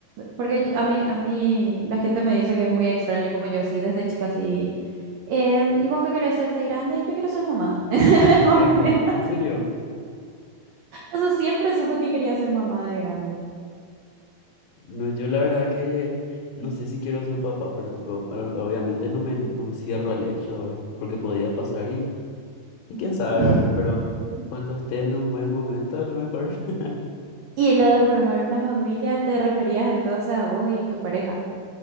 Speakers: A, on the right; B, on the left.
A: Porque yo- a mí, a mí la gente me dice que es muy extraño como yo así, desde chica así. em, ¿y vos qué querés ser de grande? Yo quiero ser mamá. <laughs> Más
B: Ay,
A: o
B: güey,
A: menos.
B: ¿en serio?
A: O sea, siempre supe que quería ser mamá de grande.
B: No, yo la verdad que no sé si quiero ser papá, pero tipo, ahora- obviamente no me, no me cierro al hecho, obvia- porque podía pasar y, y quién sabe,
A: <laughs>
B: ¿verdad? Pero cuando esté en un buen momento, a lo mejor, <laughs>
A: Y lo de formar una familia, ¿te referías entonces a vos y tu pareja